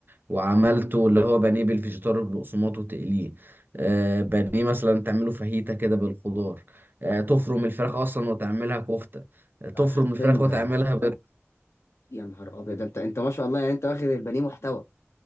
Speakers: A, on the right (about 45°); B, on the left (about 70°).
A: وعملته
B: أمم.
A: اللي هو بانيه بالفيجيتار والبقسماط وتقليه آه بانيه مثلا تعمله فاهيتا كده بالخضار آه تفرم الفراخ اصلا وتعملها كفته آه، تفرم
B: آه، حرفيا
A: الفراخ وتعملها
B: ده ده
A: بال...
B: يا نهار ابيض ده انت انت ما شاء الله يعني انت واخد البانيه محتوى